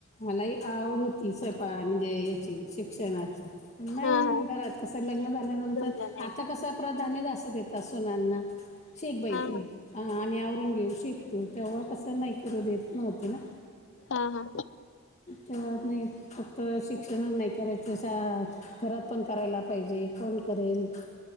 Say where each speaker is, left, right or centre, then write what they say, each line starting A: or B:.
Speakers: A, on the left (about 30°); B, on the left (about 60°).
A: मलाही आवड होती स्वयपा म्हणजे याची शिक्षणाची पण नाही
B: हा हा
A: मग घरात कसं लग्न झाल्यानंतर
B: जमलं नाही
A: आता
B: का
A: कसं प्रधान्य जास्त देतात सुनांना शिक बाई
B: हा
A: तू हा आम्ही आवरून घेऊ शिक तू तेव्हा कसं नाही करू देत नते ना
B: हा हा हा
A: ते नाही फक्त शिक्षण नाही करायचं शाळात घरात पण करायला पाहिजे. कोन करेल